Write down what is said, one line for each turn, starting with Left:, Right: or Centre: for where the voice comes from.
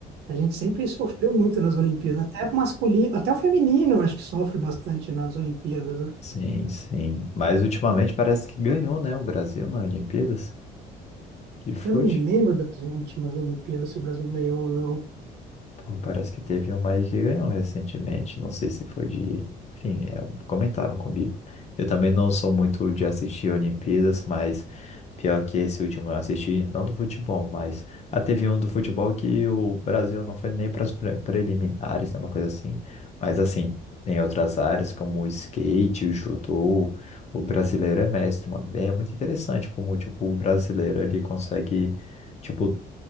Right: A gente sempre sofreu muito nas Olimpíadas, até o masculino, até o feminino, eu acho que sofre bastante nas Olimpíadas, né?
Left: Sim, sim. Mas ultimamente parece que ganhou, né? O Brasil nas Olimpíadas de fute.
Right: Eu não me lembro das últimas Olimpíadas, se o Brasil ganhou ou não.
Left: Bom, Parece que teve um mais que ganhou recentemente. Não sei se foi de. Enfim, é, comentaram comigo. Eu também não sou muito de assistir Olimpíadas, mas pior que esse último eu assisti, não do futebol, mas a teve um do futebol que o Brasil não foi nem para as preliminares, né, uma coisa assim. Mas assim, tem outras áreas como o skate, o judô, o brasileiro é mestre, mano. É muito interessante como, tipo, o brasileiro ele consegue. Tipo,